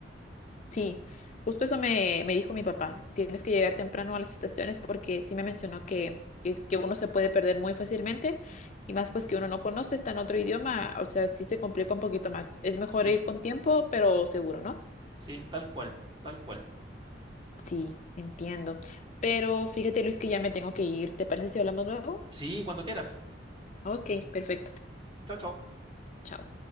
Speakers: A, on the left; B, on the right.
A: Sí, justo eso me, me dijo mi papá, tienes que llegar temprano a las estaciones porque sí me mencionó que, que es que uno se puede perder muy fácilmente y más pues que uno no conoce, está en otro idioma, o sea, sí se complica un poquito más. Es mejor
B: Sí,
A: ir con tiempo, pero seguro, ¿no?
B: sí, tal cual, tal cual.
A: Sí, entiendo. Pero fíjate, Luis, que ya me tengo que ir. ¿Te parece si hablamos luego?
B: Sí, cuando quieras.
A: Ok, perfecto.
B: Chao, chao.
A: Chao.